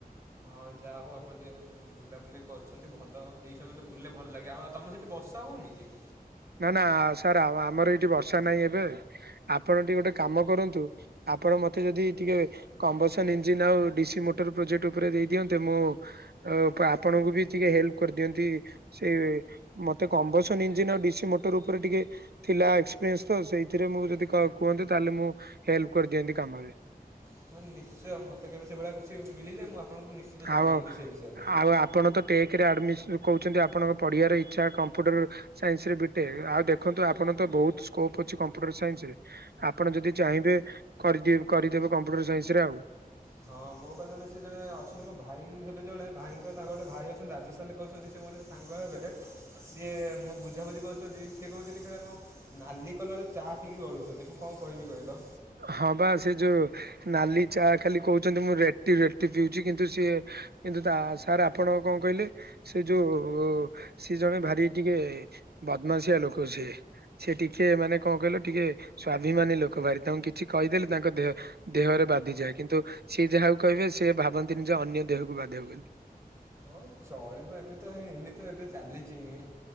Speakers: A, on the right; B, on the right.
A: ହଁ ଯାହା ହଉ ଆପଣ ଟିକେ ବୁଲାବୁଲି କରୁଛନ୍ତି ଭଲ ଏଇ ସମୟ ତ ବୁଲଲେେ ଭଲ ଲାଗେ ଆଉ। ତମ ସେଇଠି ବସା ହଉନି କି।
B: ନା ନା ସାର୍ ଆମର ଏଇଠି ବର୍ଷା ନାହିଁ ଏବେ ଆପଣ ଟିକେ ଗୋଟେ କାମ କରନ୍ତୁ। ଆପଣ ମତେ ଯଦି ଟିକେ କମ୍ବସନ ଇଞ୍ଜିିନ ଆଉ ଡିସି ମୋଟର ପ୍ରୋଜେକ୍ଟ ଉପରେ ଦେଇ ଦିଅନ୍ତେ ମୁଁ। ଆଉ ଆପଣଙ୍କୁ ବି ଟିକେ ହେଲ୍ପ କରିଦିଅନ୍ତି। ସେଇ ମତେ କମ୍ବସନ ଇଞ୍ଜିିନ ଆଉ ଡିସି ମୋଟର ଉପରେ ଟିକେ। ଥିଲା ଏକ୍ସପିରିଏନ୍ସ ତ ସେଇଥିରେ ମୁଁ ଯଦି କୁହନ୍ତି ତାହେଲେ ମୁଁ ହେଲପ କରିଦିଅନ୍ତି କାମରେ‌।
A: ହଁ ନିଶ୍ଚୟ ମତେ କେବେ ସେଭଳିଆ କିଛି ମିଳିଲେ ମୁଁ ଆପଣଙ୍କୁ ନିଶ୍ଚିତ ଜଣେଇବି
B: ଆଉ
A: ସେ ବିଷୟରେ।
B: ଆଉ ଆପଣ ତ ଟେକରେ ଆଡମିଶନ୍ କହୁଛନ୍ତି ଆପଣଙ୍କ ପଢିବାର ଇଚ୍ଛା କମ୍ପ୍ୟୁଟର। ସାଇନ୍ସ ରେ ବିଟେକ ଆଉ ଦେଖନ୍ତୁ ଆପଣ ତ ବୋହୁତ ସ୍କୋପ ଅଛି କମ୍ପ୍ୟୁଟର ସାଇନ୍ସ ରେ‌। ଆପଣ ଯଦି ଚାହିଁବେ କରିଦ କରିଦେବେ କମ୍ପ୍ୟୁଟର ସାଇନ୍ସ ରେ ଆଉ।
A: ହଁ ମୋ ପାଖ ଜଣେ ସେ ଜଣେ ଅଛନ୍ତି ମୋ ଭାଇ ହେବେ ଜଣେ ଭାଇଙ୍କର ତାଙ୍କ ଗୋଟେ ଭାଇ ଅଛନ୍ତି ରାଜସ୍ଥାନ। କହୁଛନ୍ତି ସେ ମୋର ସାଙ୍ଗ ହେବେ ସିଏ ମୋ ବୁଝାବୁଝି କରୁଛନ୍ତି ସିଏ କଣ ସେଠି ଖଲା କଣ। ନାଲି କଲର ଚା ପିଇକି ଗଢ଼ୁଛନ୍ତି ମୁଁ କଣ କହିବି କହିଲ?
B: ହଁ ବା ସେ ଯୋଉ ନାଲି ଚା ଖାଲି କହୁଛନ୍ତି ମୁଁ ରେଟି ରେଟି ପିଉଛି କିନ୍ତୁ ସିଏ କିନ୍ତୁ ତା ସାର୍ ଆପଣ କଣ କହିଲେ? ସେ ଯୋଉ ସିଏ ଜଣେ ଭାରି ଟିକେ ବଦମାସିଆ ଲୋକ ସିଏ। ସେ ଟିକେ ମାନେ କଣ କହିଲ ଟିକେ ସ୍ଵାଭିମାନୀ ଲୋକ ବାହାରି ତାଙ୍କୁ କିଛି କହିଦେଲେ ତାଙ୍କ ଦେହ ଦେହରେ ବାଧିଯାଏ କିନ୍ତୁ ସିଏ ଯାହାକୁ କହିବେ ସେ ଭାବନ୍ତିନି ଯେ ଅନ୍ୟ ଦେହକୁ ବାଧେ ବୋଲି।
A: ହଁ ଚଳିବ ଏମିତି ତ ହଁ ଏମିତି ଏବେ ଚାଲିଛିି ହିଁ।